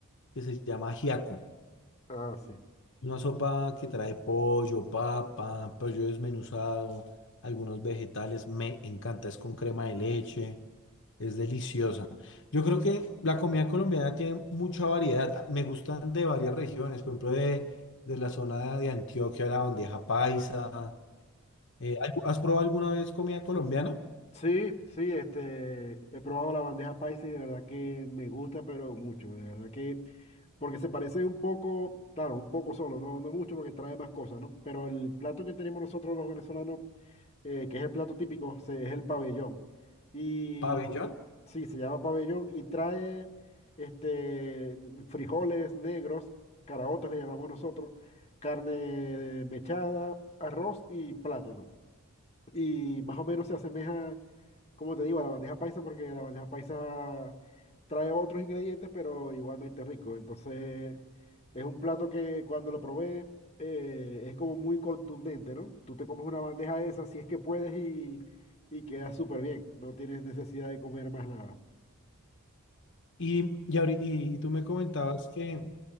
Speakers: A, on the left; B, on the left.
A: que se llama ajiaco.
B: Ah, sí.
A: Es una sopa que trae pollo, papa, pollo desmenuzado, algunos vegetales. Me encanta, es con crema de leche, es deliciosa. Yo creo que la comida colombiana tiene mucha variedad. Me gustan de varias regiones, por ejemplo, de, de la zona de Antioquia, la bandeja paisa. Eh, ¿has probado alguna vez comida colombiana?
B: Sí, sí, este, he probado la bandeja paisa y de verdad que me gusta, pero mucho, de verdad que, porque se parece un poco, claro, un poco solo, no, no mucho porque trae más cosas, ¿no? Pero el plato que tenemos nosotros los venezolanos, eh, que es el plato típico, se- es el pabellón. Y
A: Pabellón.
B: sí, se llama pabellón y trae, este, frijoles negros, caraotas le llamamos nosotros, carne mechada, arroz y plátano y más o menos se asemeja, como te digo, a la bandeja paisa porque la bandeja paisa trae otros ingredientes, pero igualmente rico. Entonces, es un plato que cuando lo probé eh, es como muy contundente, ¿no? Tú te comes una bandeja de esas si es que puedes y, y queda súper bien. No tienes necesidad de comer más nada.
A: Y, y, ahori- y- y tú me comentabas que,